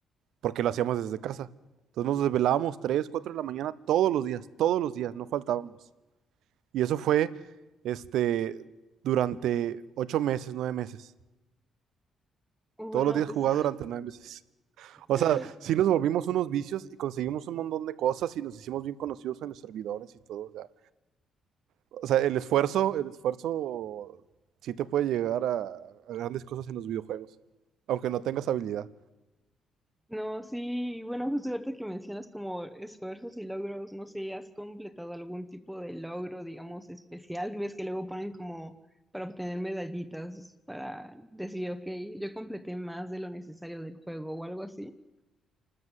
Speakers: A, on the right (about 80°); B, in the centre.
A: porque lo hacíamos desde casa. Entonces nos desvelábamos 3 4 de la mañana todos los días, todos los días, no faltábamos. Y eso fue este, durante 8 meses, 9 meses.
B: Bueno,
A: Todos los días
B: pues
A: jugaba durante 9 meses. O
B: <laughs>
A: sea, sí nos volvimos unos vicios y conseguimos un montón de cosas y nos hicimos bien conocidos en los servidores y todo. O sea, O sea, el esfuerzo, el esfuerzo sí te puede llegar a, a grandes cosas en los videojuegos, aunque no tengas habilidad.
B: no, sí, y bueno, justo ahorita que mencionas como esfuerzos y logros, no sé, ¿has completado algún tipo de logro, digamos, especial? ¿Ves que luego ponen como para obtener medallitas, para decir, ok, yo completé más de lo necesario del juego o algo así?